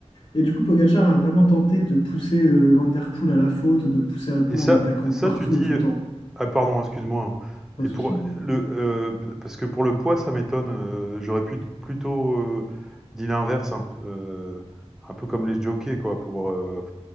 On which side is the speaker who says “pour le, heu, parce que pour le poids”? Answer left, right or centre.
Centre